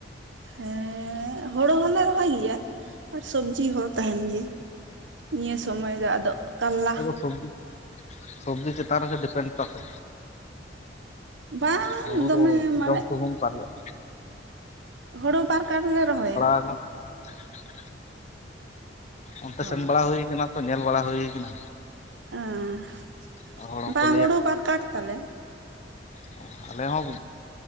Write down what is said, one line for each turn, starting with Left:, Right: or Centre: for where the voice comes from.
Right: ᱦᱮᱸ ᱦᱳᱲᱩ ᱦᱚᱸᱞᱮ ᱨᱚᱦᱚᱭ ᱜᱮᱭᱟ ᱟᱨ ᱥᱚᱵᱡᱤ ᱦᱚᱸ ᱛᱟᱦᱮᱱ ᱜᱮᱭᱟ ᱱᱤᱭᱟᱹ ᱥᱚᱢᱚᱭ ᱫᱚ ᱟᱫᱚ ᱠᱟᱞᱞᱟ
Left: ᱥᱩᱵᱡᱤ ᱥᱚᱵᱡᱤ ᱪᱮᱛᱟᱱ ᱨᱮᱜᱮ ᱰᱤᱯᱮᱱᱰ ᱛᱟᱯᱮ
Right: ᱵᱟᱝ
Left: ᱦᱩᱲᱩ
Right: ᱫᱚᱢᱮ
Left: ᱫᱚ
Right: ᱢᱟᱱᱮ
Left: ᱡᱚᱢ ᱥᱩᱢᱩᱢ ᱯᱟᱞᱮᱜ
Right: ᱦᱩᱲᱩ ᱵᱟᱨ ᱠᱟᱨᱴ ᱞᱮ ᱨᱚᱦᱚᱭᱟ
Left: <inaudible> ᱚᱱᱛᱮ
Right: ᱚ
Left: ᱥᱮᱱ ᱵᱟᱲᱟ ᱦᱩᱭ ᱠᱟᱱᱟ ᱛᱚ ᱧᱮᱞ ᱵᱟᱲᱟ ᱦᱩᱭ ᱠᱟᱱᱟ
Right: <unintelligible>
Left: ᱦᱚᱲ ᱦᱚᱸᱠᱚ
Right: ᱵᱟ ᱦᱩᱲᱩ ᱵᱟᱨ ᱠᱟᱴ ᱛᱟᱞᱮ
Left: ᱚᱸ ᱟᱞᱮ ᱦᱚᱸ